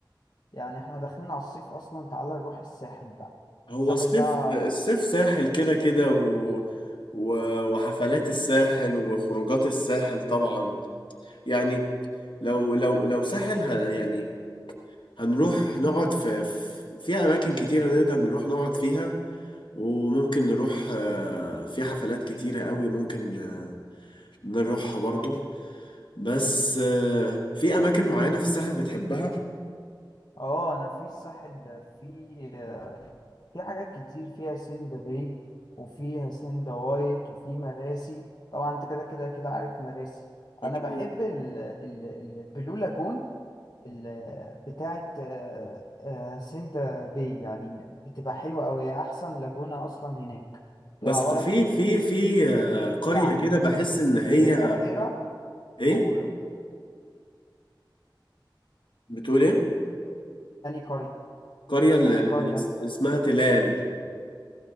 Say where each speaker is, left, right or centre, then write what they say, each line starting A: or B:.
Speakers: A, on the left; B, on the left.
A: يعني احنا داخلين على الصيف اصلا تعالى نروح الساحل بقى
B: هو
A: الساحل
B: الصيف
A: بقى
B: الصيف ساحل كده كده و... و... وحفلات الساحل وخروجات الساحل طبعا يعني لو لو لو ساحل ه... يعني هنروح نقعد في في في اماكن كتيره نقدر نروح نقعد فيها وممكن نروح آه، في حفلات كتيرة قوي ممكن آه، نروحها برضو بس آه، في أماكن معينة في الساحل بتحبها
A: اه انا في الساحل في في حاجات كتير فيها سندا باي وفيها سندا وايت وفي مراسي طبعا انت كده كده كده عارف مراسي
B: أكيد
A: انا بحب ال... ال... ال- البلو لاجون ال... بتاعت آه، آه، سندا باي يعني بتبقى حلوه قوي احسن لاجونه اصلا هناك بتبقى
B: بس
A: عباره
B: في في في آه، قرية
A: كده عن
B: كده بحس إن هي
A: زي بحيرة
B: إيه
A: وأني
B: بتقول إيه
A: قرية
B: قرية اللي
A: أني
B: اللي
A: قرية
B: اسمها تلال